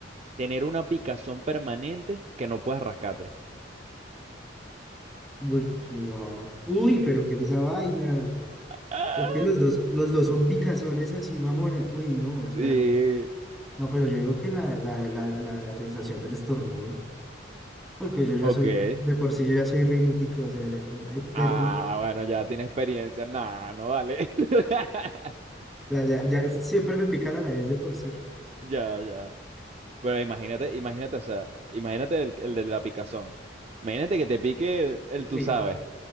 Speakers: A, on the right (about 35°); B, in the centre.
A: tener una picazón permanente que no puedes rascarte?
B: Uy, no. Uy, pero ¿qué es esa vaina?
A: <laughs> Ah,
B: Es que los dos, los dos son picazones así, mamona. Uy, no, espera.
A: sí,
B: No, pero yo digo que la, la, la, la, la sensación del estornudo. Porque yo ya
A: ok.
B: soy, de por sí yo ya soy rinítico, o sea, ya, ya ahí perdí.
A: Ah, bueno, ya tiene experiencia. No, no vale. <laughs>
B: O sea, ya, ya siempre me pica la nariz de por sí.
A: Ya, ya. Pero imagínate, imagínate, o sea, imagínate el, el de la picazón. Imagínate que te pique el, tú
B: Uy,
A: sabes
B: no.